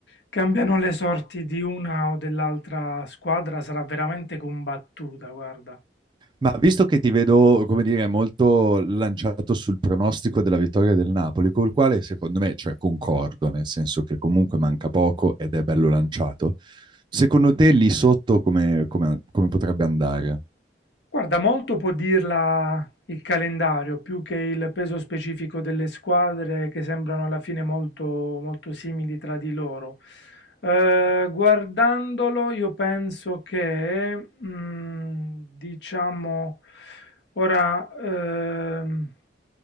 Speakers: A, on the left; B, on the right.
A: cambiano le sorti di una o dell'altra squadra, sarà veramente combattuta, guarda.
B: Ma visto che ti vedo, come dire, molto lanciato sul pronostico della vittoria del Napoli, col quale secondo me, cioè concordo, nel senso che comunque manca poco ed è bello lanciato, secondo te lì sotto come, come- come potrebbe andare?
A: Guarda, molto può dirla il calendario, più che il peso specifico delle squadre che sembrano alla fine molto, molto simili tra di loro. Eh, guardandolo, io penso che, mm, diciamo, ora ehm,